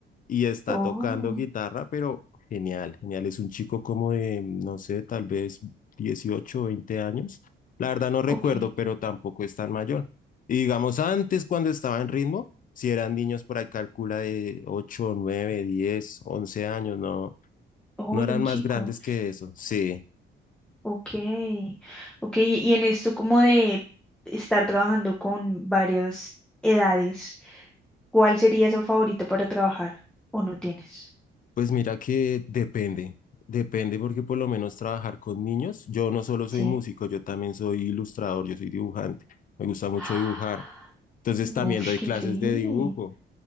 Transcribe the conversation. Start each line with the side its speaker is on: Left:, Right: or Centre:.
Left: y está
Centre: Oh,
Left: tocando guitarra, pero genial, genial. Es un chico como de, no sé, tal vez 18 20 años. La verdad no recuerdo,
Centre: ok.
Left: pero tampoco es tan mayor. Y digamos, antes cuando estaba en ritmo, si eran niños por ahí, calcula de 8 9 10 11 años, no,
Centre: Oh,
Left: no
Centre: eran
Left: eran más
Centre: chico.
Left: grandes que eso. Sí,
Centre: Ok. Ok, y en esto como de estar trabajando con varias edades, ¿cuál sería su favorito para trabajar? ¿O no tienes?
Left: pues mira que depende, depende porque por lo menos trabajar con niños, yo no solo
Centre: Sí.
Left: soy músico, yo también soy ilustrador, yo soy dibujante, me gusta mucho
Centre: <gasps>
Left: dibujar. Entonces
Centre: Uf,
Left: también doy
Centre: qué
Left: clases
Centre: increíble.
Left: de dibujo.